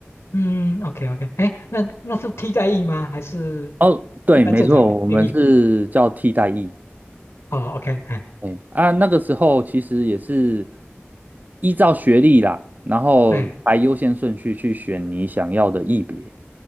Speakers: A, on the left; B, on the right.
A: 嗯，OK OK，哎，那那是替代役吗？还是
B: 哦，对，
A: 一般正常定义？
B: 没错，我们是叫替代役。
A: 哦，OK，哎，
B: 哎啊，那个时候其实也是依照学历啦，然后排优先顺序去选你想要的艺别。
A: 对，